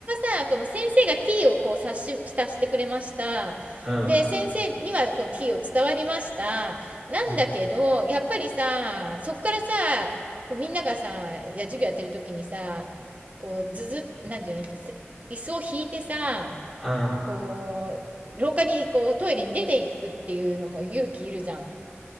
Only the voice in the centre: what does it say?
う。うん、
うん、
うん。